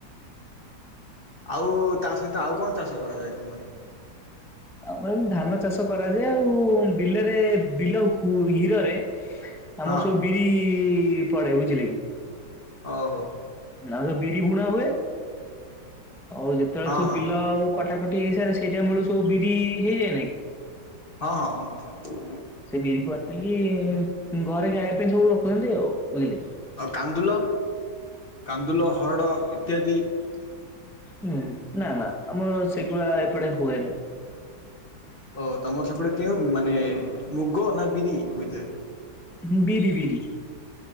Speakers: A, on the left; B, in the centre.
A: ଆଉ-ଉ-ଉ ତା ସହିତ ଆଉ କଣ ଚାଷ କରାଯାଏ ତୁମରି?
B: ଆମର ଏମିତି ଧାନ ଚାଷ କରାଯାଏ ଆଉ-ଉ-ଉ ବିଲରେ ବିଲ ହୁ ହିରରେ ଆମର
A: ହଁ
B: ସବୁ ବିରି-ଇ-ଇ-ଇ ପଡେ ବୁଝିଲେ କି?
A: ଓ ହୋ।
B: ନା ସବୁ ବିରି ବୁଣା ହୁଏ। ଆଉ ଯେତେବେଳେ
A: ହଁ
B: ସବୁ
A: ହଁ
B: ବିଲ-ଅ-ଅ କଟାକଟି ହେଇସାରେ ସେଇଟା ମୂଳୂ ସବୁ ବିରି ହେଇଯାଏ ନାଇଁ କି।
A: ହଁ।
B: ସେ ବିରି କ <unintelligible> ପାଇଁ-ଇ-ଇ-ଇ ଘରେ ଖାଇବା ପାଇଁ ସବୁ ରଖୁଛନ୍ତି ଆଉ ବୁଝିଲେ।
A: ଆଉ କାନ୍ଦୁଲ କାନ୍ଦୁଲ, ହରଡ଼ ଇତ୍ୟାଦି। ହ
B: ହୁଁ, ନା ନା, ଆମର ସେଗୁଡ଼ା ଏପଟେ ହୁଏ ନା।
A: ଓ ତମର ସେପଟେ କେଉ ମାନେ ମୁଗ ନା ବିରି ହୋଇଥାଏ?
B: ହଁ ବିରି ବିରି।